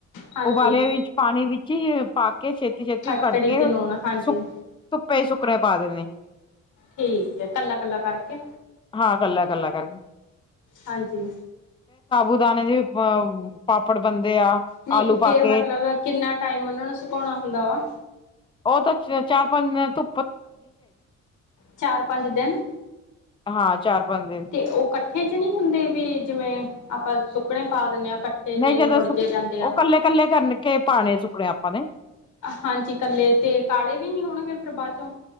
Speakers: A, on the left; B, on the left.
A: ਹਾਂਜੀ
B: ਉਬਾਲੇ ਪਾਣੀ ਵਿੱਚ ਹੀ ਪਾ ਕੇ ਛੇਤੀ- ਛੇਤੀ
A: ਖਟਕੜੀ
B: ਕੱਢ ਕੇ,
A: ਤੇ ਨੂਣ ਹਾਂਜੀ
B: ਸੁਕ ਧੁੱਪੇ ਸੁੱਕਣੇ ਪਾ ਦੇਣੇ,
A: ਠੀਕ ਹੈ ਕੱਲਾ ਕੱਲਾ ਕਰਕੇ
B: ਹਾਂ। ਇਕੱਲਾ- ਇਕੱਲਾ ਕਰਕੇ
A: ਹਾਂਜੀ
B: ਉਦਾਨ ਪਾਪੜ ਬਣਦੇ ਆ,
A: ਨਹੀਂ
B: ਆਲੂ ਪਾਕੇ,
A: ਫੇਰ ਮਤਲਬ ਕਿੰਨਾ ਟਾਈਮ ਉਹਨਾਂ ਨੂੰ ਸੁਕਾਉਣਾ ਹੁੰਦਾ ਵਾ
B: ਉਹ ਤਾਂ ਚਾਰ-ਪੰਜ ਧੁ
A: ਚਾਰ -ਪੰਜ ਦਿਨ
B: ਹਾਂ ਚਾਰ ਪੰਜ ਦਿਨ
A: ਤੇ, ਉਹ ਕੱਠੇ'ਚ ਨਹੀਂ ਹੁੰਦੇ ਵੀ, ਜਿਵੇਂ ਆਪਾਂ ਸੁੱਕਣੇੇ ਪਾ ਦਿੰਨੇ, ਹਾਂ ਇਕੱਠੇ ਜੇ
B: ਨਹੀਂ ਜਦੋਂ,
A: ਮੁੜ
B: ਸੁ
A: ਜੇ ਜਾਂਦੇ ਆ
B: ਉਹ ਕੱਲੇ- ਕੱਲੇ ਕਰਨਕੇ ਪਾਣੇ ਸੁੱਕੜੇ ਮ
A: ਹਾਂਜੀ। ਕੱਲੇ ਤੇ, ਕਾਲੇ ਵੀ ਨੀ ਹੋਣਗੇ ਫਿਰ ਬਾਅਦ'ਚੋਂ